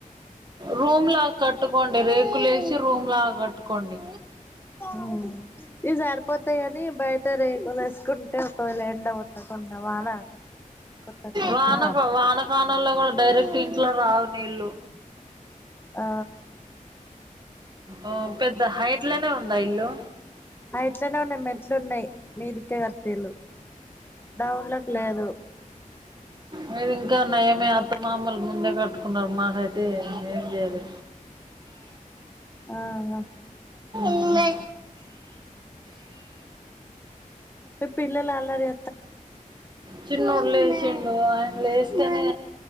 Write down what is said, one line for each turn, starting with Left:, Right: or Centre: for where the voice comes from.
Right: రూమ్ లా కట్టుకోండి. రేకులేసి రూమ్లా కట్టుకోండి.
Left: ఆహ్ ఇవి సరిపోతాయి కాని. బయట రేకులేసుకుంటే ఒకవేళ ఎండ కొట్టకుండా. వాన కొట్టకుండా
Right: వాన ప వాన కాలంలో కూడా డైరెక్ట్ ఇంట్లో రావు నీళ్ళు
Left: ఆ
Right: ఆ పెద్ద హైట్లానే ఉందా. ఇల్లు
Left: ఐట్లనే ఉన్నాయి మెట్లున్నాయి. మీ దిక్కే కట్టిళ్ళు దౌన్లోక్ లేదు.
Right: మీది ఇంకా ఉన్నాయమే. అత్త, మామలు ముందే కట్టుకున్నారు. మాకయితే తే ఏం చేయలే
Left: ఆ హా
Right: న్నా
Left: పిల్లలు అలారే
Right: చిన్నోడు లేచిండు ఆయన లేస్తేనే